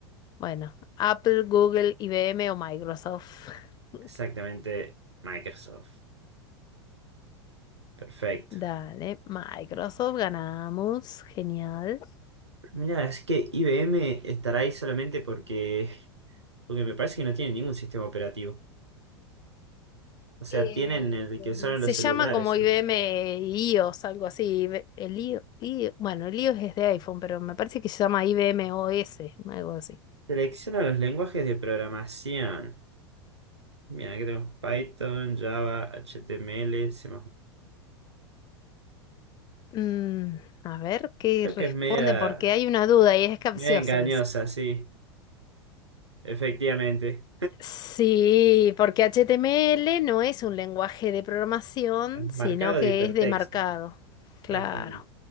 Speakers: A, on the left (about 30°); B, on the right (about 80°).
A: Bueno, Apple, Google, IBM o Microsoft. <laughs>
B: Exactamente, Microsoft. Perfecto.
A: Dale, Microsoft, ganamos. Genial.
B: Mira, es que IBM estará ahí solamente porque, porque me parece que no tiene ningún sistema operativo. O sea,
A: Eh,
B: tienen el que usaron
A: se
B: los celulares
A: llama como
B: solamente.
A: IBM iOS, algo así. IB- El IO, IO bueno, el iOS es de iPhone, pero me parece que se llama IBM OS, algo así.
B: Selecciona los lenguajes de programación. Mira, que tenemos Python, Java, HTML, C++.
A: Mm, a ver qué
B: Creo
A: responde,
B: que es media,
A: porque hay una duda y es capcioso
B: media engañosa,
A: eso.
B: sí, efectivamente.
A: Sí, porque HTML no es un lenguaje de programación, sino
B: Marcado
A: que
B: de hipertexto,
A: es de marcado. Claro.
B: exactamente.